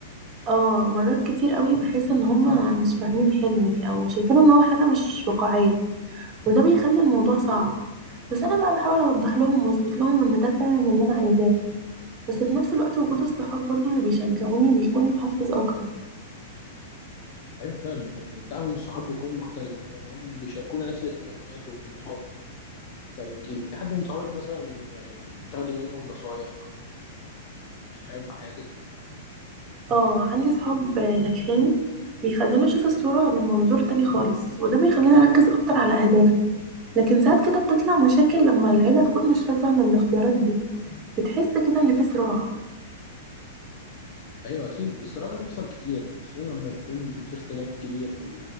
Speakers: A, on the right; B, on the left.
A: اه مرات كتير قوي بحس ان هما مش فاهمين حلمي او شايفينه ان هو حاجة مش واقعية وده بيخلي الموضوع صعب بس انا بقى بحاول اوضح لهم واثبت لهم ان ده فعلا اللي انا عايزاه بس في نفس الوقت وجود الصحاب برضو اللي بيشجعوني بيكون محفز اكتر
B: أيوة فعلا يعني الدعم من الصحاب بيكون مختلف لأنهم بيشاركونا نفس الاهتمامات وطموحات طب أنتي في حد من صحابك مثلا يعني بتاخدي منهم نصايح أو إلهام في حياتك؟
A: اه عندي صحاب ناجحين بيخليني اشوف الصورة من منظور تاني خالص وده بيخليني اركز اكتر على اهدافي لكن ساعات كده بتطلع مشاكل لما العيلة تكون مش راضية عن الاختيارات دي بتحس كده ان في صراع
B: أيوة أكيد الصراع ده بيحصل كتير خصوصا لما يكون في اختلاف كبير في